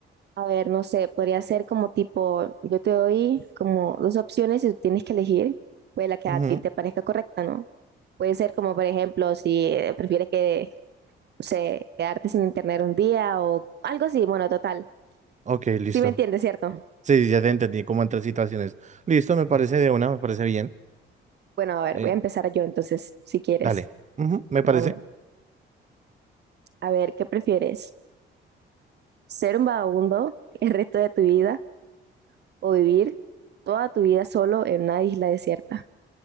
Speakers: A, on the right; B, on the right.
A: A ver, no sé, podría ser como tipo, yo te doy como dos opciones y tú tienes que elegir, pues la que
B: Ujú.
A: a ti te parezca correcta, ¿no? Puede ser como, por ejemplo, si eh, prefieres que, no sé, quedarte sin internet un día o algo así, bueno, total.
B: Ok, listo.
A: Sí me entiendes, ¿cierto?
B: Sí, sí, ya te entendí cómo entran situaciones. Listo, me parece de una, me parece bien.
A: Bueno, a ver,
B: Eh,
A: voy a empezar yo entonces, si quieres.
B: dale. Ujú, ¿me parece?
A: Bueno, a ver, ¿qué prefieres? ¿Ser un vagabundo el resto de tu vida? o vivir toda tu vida solo en una isla desierta.